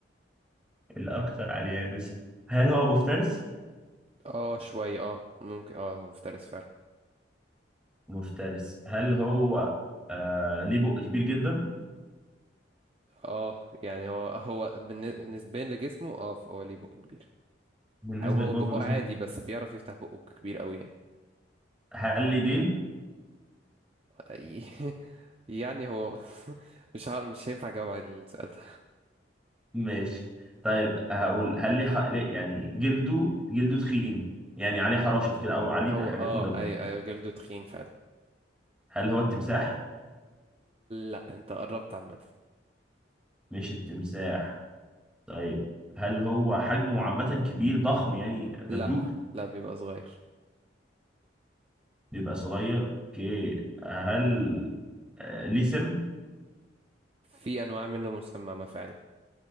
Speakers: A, in the centre; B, on the right (about 30°).
A: الأكتر على اليابس هل هو مفترس؟
B: اه شوية اه ممكن اه هو مفترس فعلا
A: مفترس هل هو آه... ليه بق كبير جدا
B: اه يعني هو هو بالن- نسبيا لجسمه اه فهو ليه بق كبير
A: بالنسبة
B: او هو
A: للبق
B: بقه
A: في جسمه؟
B: عادي بس بيعرف يفتح بقه كبير قوي يعني
A: هل ليه ديل؟
B: أي- <laughs> يعني هو <laughs> مش عارف مش هينفع اجاوب على السؤال ده
A: ماشي طيب هقول هل ليه ح... ليه- يعني جلده جلده تخين يعني عليه حراشف كده أو عليه
B: هو
A: حاجات
B: اه
A: مدببة
B: اي اي جلده تخين فعلا
A: هل هو التمساح؟
B: لا انت قربت عامة
A: مش التمساح طيب هل هو حجمه عامة كبير ضخم يعني دبدوب
B: لا لا بيبقى صغير
A: بيبقى صغير اوكي هل آه، ليه سم؟
B: في انواع منه مسممة فعلا